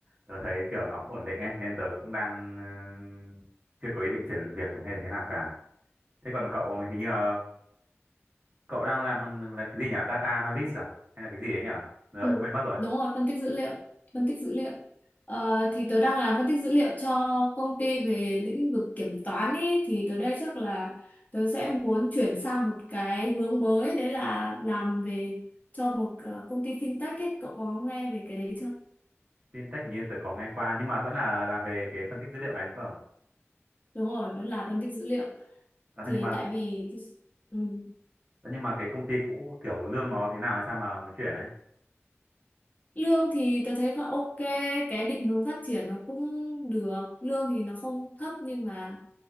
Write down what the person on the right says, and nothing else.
tớ thấy kiểu nó ổn định ấy, nên tớ cũng đang ừ, chưa có ý định chuyển việc hay là thế nào cả. Thế còn cậu hình như là cậu đang làm ừ, là cái gì nhỉ? Data analyst à? Hay là cái gì ấy nhỉ? Rồi,
quên mất rồi.
Fintech hình như tớ có nghe qua, nhưng mà vẫn là làm về cái phân tích dữ liệu này đúng không?
Ờ,
nhưng mà
Thế nhưng mà cái công ty cũ kiểu lương nó thế nào hay sao mà muốn chuyển ấy